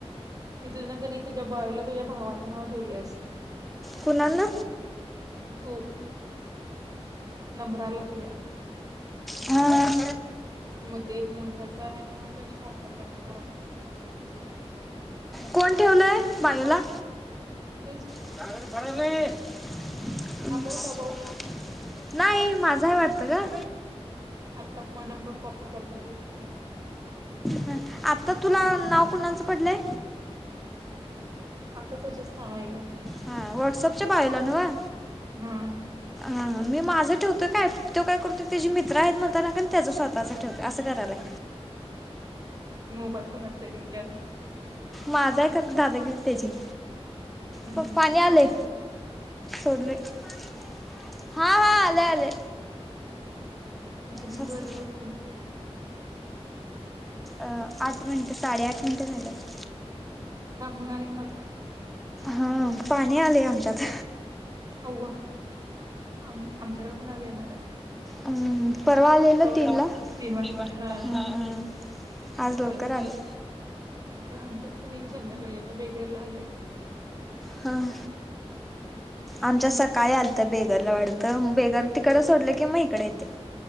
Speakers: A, on the right; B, in the centre.
A: ते तून कनाइ तुझ्या बॉयला तुझ्या भावाचं नाव ठेवल्यास
B: कुणाला
A: तू नंबराला तुझ्या
B: ह ह.
A: मग ते एक मुलगाच आहे म्हणून का नाही फोन करत्यात पोरं
B: कोण ठेवलंय बायोला?
A: तूच
B: <unintelligible>
A: अबाऊट अबाऊट
B: नाही माझं हाय वाटतं गं
A: आता मग नंबर कॉपी करता दिसले मला
B: ह आत्ता तुला नाव कुणाचं पडलंय?
A: आता तुझंच नाव आहे गं
B: हा व्हॉट्सअपच्या बायोला न्हव हा
A: हा
B: हा मी माझ ठेवतोय काय. त्यो काय करतोय तेजी मित्र आहेत म्हणताना का नाही त्याचं स्वतःच ठवतोय असं करालाय.
A: मोबाईल कोणाचा आहे तुमच्यात
B: माझा आहे खरं दादागिरी त्याची
A: हम्म.
B: पपा पाणी आलय
A: का
B: सोडलय हा, हा, आले, आले
A: किती मिनिटं
B: सर सर
A: झाले बघ शिल्पी
B: अं आठ मिनिटं साडेआठ मिनिटं झाल्यात.
A: थांब मग अनेक
B: हा पाणी आलय आमच्यात
A: अव्वा आमच्याकडे पण आज येणार आहे.
B: अ ह. परवा आलेल
A: तेव्हा
B: तीनला
A: ती
B: हुं
A: तीन वाजता हा
B: आज
A: तर
B: लवकर आलंय.
A: आता आमच्यात पण ईल संध्याकाळी आता बेगरला आलंय.
B: हां. आमच्या सकाळी आलतं बेगरला वाढतं बेगर तिकडं सोडलं कि मग हिकडं येतय.